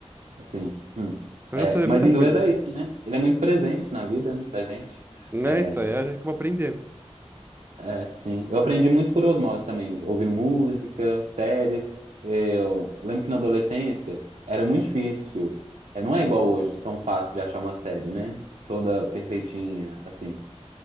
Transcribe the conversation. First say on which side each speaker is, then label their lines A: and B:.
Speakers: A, on the right (about 75°); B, on the right (about 20°).
A: Sim. hum.
B: Então
A: É,
B: eu já sabia
A: mas
B: muita
A: inglês
B: coisa.
A: é isso, né? Ele é muito presente na vida, né, da gente.
B: Eita,
A: É,
B: aí a gente acaba aprendendo.
A: É, sim. Eu aprendi muito por osmose também, ouvindo música, séries. É, Eu lembro que na adolescência era muito difícil. É, não é igual hoje, tão fácil de achar uma série, né? Toda perfeitinha, assim.